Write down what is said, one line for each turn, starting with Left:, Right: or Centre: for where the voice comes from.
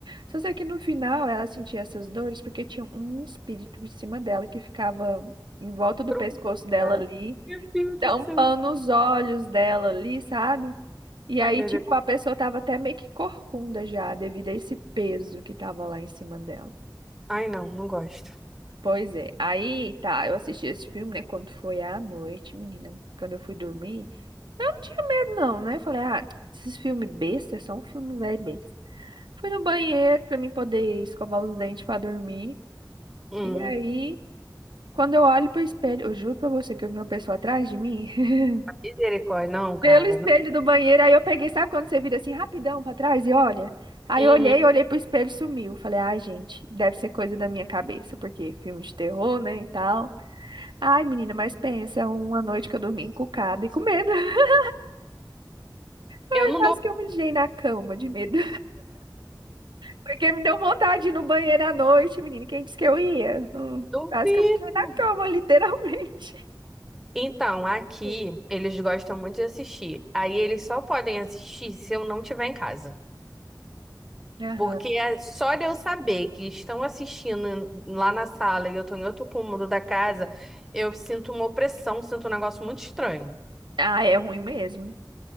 Right: Só sei que no final ela sentia essas dores porque tinha um espírito em cima dela que ficava em volta do
Centre: Pronto.
Right: pescoço dela
Centre: É.
Right: ali,
Centre: Meu Deus
Right: tampando
Centre: do céu.
Right: os olhos dela ali, sabe? E
Centre: Ai,
Right: aí,
Centre: meu
Right: tipo,
Centre: Deus.
Right: a pessoa tava até meio que corcunda já, devido a esse peso que tava lá em cima dela.
Centre: Ai, não, não gosto.
Right: Pois é. Aí, tá, eu assisti esse filme, né, quando foi à noite, menina, quando eu fui dormir. Eu não tinha medo, não, né? Eu falei, ah, esses filmes besta, é só um filme velho besta. Fui no banheiro pra mim poder escovar os dentes pra dormir.
Centre: Hum.
Right: E aí, quando eu olho pro espelho, eu juro pra você que eu vi uma pessoa atrás de mim, <laughs>
Centre: Misericórdia, não, cara,
Right: pelo espelho
Centre: não.
Right: do banheiro. Aí eu peguei, sabe quando você vira assim rapidão pra trás e olha? Aí
Centre: Uhum.
Right: eu olhei, olhei pro espelho e sumiu. Falei, ai, gente, deve ser coisa da minha cabeça, porque filme de terror, né, e tal. Ai, menina, mas pensa, uma noite que eu dormi encucada e com medo. <laughs> Ai,
Centre: Eu não
Right: quase
Centre: dou.
Right: que eu me mijei na cama de medo. Porque me deu vontade de ir no banheiro à noite, menina. Quem disse que eu ia? Hum,
Centre: Duvido.
Right: quase que eu me caí na cama, <laughs> literalmente.
Centre: Então, aqui
Right: Sim.
Centre: eles gostam muito de assistir. Aí eles só podem assistir se eu não estiver em casa.
Right: Aham.
Centre: Porque é só de eu saber que estão assistindo lá na sala e eu tô em outro cômodo da casa, eu sinto uma opressão, sinto um negócio muito estranho.
Right: Ah, é ruim mesmo.